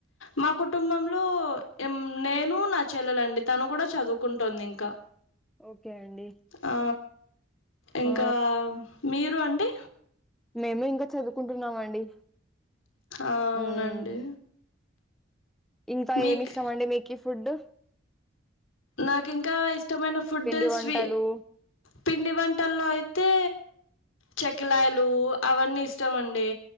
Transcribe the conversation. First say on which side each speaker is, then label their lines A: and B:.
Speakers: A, on the left; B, in the centre.
A: మా కుటుంబంలో నేను నా చెల్లెలండి తను కూడా చదువుకుంటుంది ఇంకా
B: ఓకే అండి
A: ఆ ఇంకా
B: ఆ
A: మీర్ రు అండి
B: మేము ఇంకా చదువుకుంటున్నామండి
A: ఆ అవునండి
B: మ్మ్ ఇంకా
A: మీక్
B: ఏమి ఇష్టం అండి మీకిఫుడ్
A: నాకు ఇంకా ఇష్టమైన ఫుడ్
B: పిండి వంటలు
A: స్వీ పిండి వంటల్లో అయితే చెకిలాయలు అవన్నీ ఇష్టం అండి